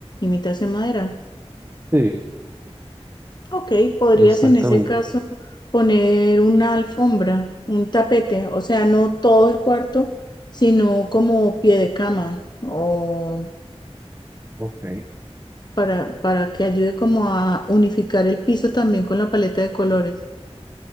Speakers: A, on the left; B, on the right.
A: imitación madera.
B: Sí,
A: Ok, podrías
B: exactamente.
A: en ese caso poner una alfombra, un tapete, o sea, no todo el cuarto, sino como pie de cama o
B: Ok.
A: para, para que ayude como a unificar el piso también con la paleta de colores.